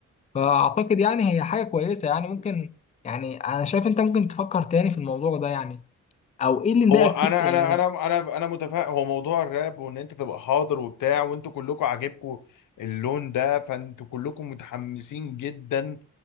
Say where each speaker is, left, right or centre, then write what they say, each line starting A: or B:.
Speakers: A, on the left; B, on the left.
A: فاعتقد يعني هي حاجه كويسه يعني ممكن يعني انا شايف انت ممكن تفكر تاني في الموضوع ده يعني او ايه اللي مضايقك
B: هو انا
A: فيه يعني
B: انا انا انا انا متفائل هو موضوع الراب وان انت تبقى حاضر وبتاع وانتوا كلكم عاجبكم اللون ده فانتوا كلكم متحمسين جدا